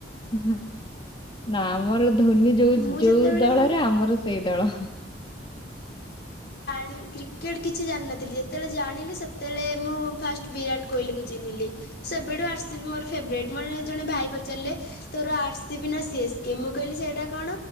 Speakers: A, on the left; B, on the left.
A: ଆହା ନା ଆମର ଧୋନି ଯୋଉ
B: ମୁଁ
A: ଯୋଉ
B: ଯେତେବେଳେ
A: ଦଳରେ
B: ମାନେ
A: ଆମର ସେଇ ଦଳ।
B: କ୍ରିକେଟ୍ କିଛି ଜାଣିନଥିଲି ଯେତେବେଳେ ଜାଣିଲି ସେତେବେଳେ ମୁଁ ଫାଷ୍ଟ ବିରାଟ କୋଇଲିକୁ ଚିହ୍ନିଲି। ସେବେଠୁ ଆର ସିବି ମୋର ଫେବରେଟ। ମୋର ଜଣେ ଭାଇ ପଚାରିଲେ ତୋର ଆରସି ବିି ନା ସିଏସ୍ କେ ମୁଁ କଇ ସେଇଟା କଣ